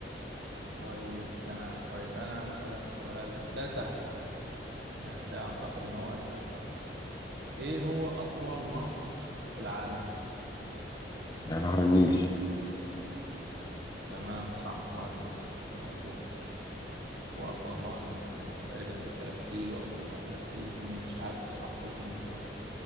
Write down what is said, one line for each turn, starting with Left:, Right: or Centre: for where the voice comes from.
Right: طيب تمام طيب انا هسألك سؤال ده سهل بقى يعني ده اعتقد ان هو اسهل سؤال ايه هو اطول نهر في العالم
Left: يا نهر النيل
Right: تمام صح نهر النيل مظبوط هو أطول نهر م- كان تقريبا 6000 كيلو أو 9000 كيلو م- مش عارف بصراحة طوله كام بالظبط